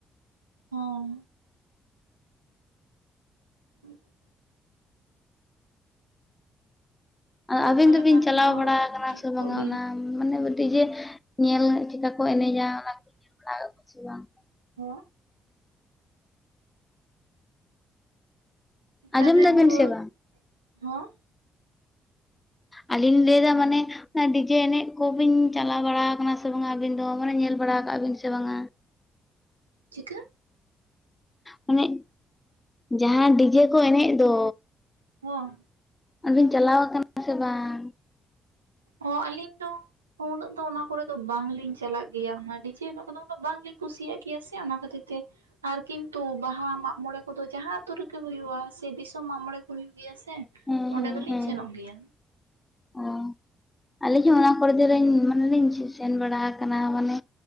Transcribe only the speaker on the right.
ᱦᱚᱸ᱾ <inaudible>
ᱵᱚᱱᱫᱚ
ᱞᱮᱠᱷᱟᱱ
ᱫᱚ
ᱴᱷᱤᱠ
ᱠᱚᱜ ᱜᱮᱭᱟ
ᱦᱚᱸ᱾ ᱱᱮᱛᱟᱨ
ᱨᱮᱱ
ᱫᱚ
ᱦᱚᱸ᱾
ᱪᱤᱠᱟᱹ?
ᱦᱚᱸ᱾
ᱚ ᱟᱹᱞᱤᱧ ᱫᱚ ᱩᱱᱟᱹᱜ ᱫᱚ ᱚᱱᱟ ᱠᱚᱨᱮ ᱫᱚ ᱵᱟᱝᱞᱤᱧ ᱪᱟᱞᱟᱜ ᱜᱮᱭᱟ ᱚᱱᱟ ᱰᱤᱡᱮ ᱮᱱᱮᱜ ᱠᱚᱫᱚ ᱩᱱᱟᱹᱜ ᱵᱟᱝᱞᱤᱧ ᱠᱩᱥᱤᱭᱟᱜ ᱜᱮᱭᱟ ᱥᱮ ᱚᱱᱟ ᱠᱷᱟᱹᱛᱤᱨ ᱛᱮ ᱟᱨ ᱠᱤᱱᱛᱩ ᱵᱟᱦᱟ ᱢᱟᱜ ᱢᱚᱬᱮ ᱠᱚᱫᱚ ᱡᱟᱦᱟᱸ ᱟᱛᱩ ᱨᱤᱜᱤ ᱦᱩᱭᱩᱜᱼᱟ ᱥᱮ ᱫᱤᱥᱚᱢ ᱢᱟᱜ ᱢᱚᱬᱮ ᱠᱚ ᱦᱩᱭᱩᱜ ᱜᱮᱭᱟ ᱥᱮ᱾
ᱚᱸᱰᱮ
ᱫᱚᱞᱤᱧ
ᱥᱮᱱᱚᱜ ᱜᱮᱭᱟ᱾